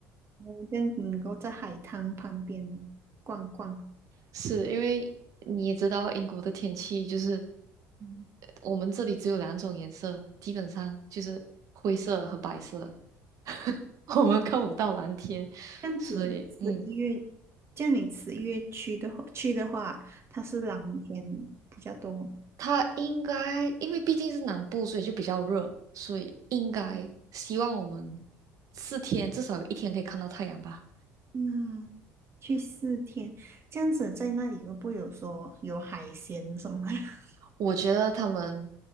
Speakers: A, on the right; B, on the right.
A: 嗯这样子能够在海滩旁边逛逛。
B: 是因为你也知道英国的天气就是
A: 嗯，
B: 我们这里只有两种颜色，基本上就是灰色和白色，<laughs> 我们看不到蓝天，
A: 这样子十一月，
B: 所以嗯，
A: 这样你十一月去的话，去的话，它是蓝天比较多。
B: 它应该因为毕竟是南部，所以就比较热，所以应该希望我们
A: 嗯
B: 四天至少有一天可以看到太阳吧。
A: 那去四天，这样子在那里会不会有说有海鲜什么的？<laughs>
B: 我觉得他们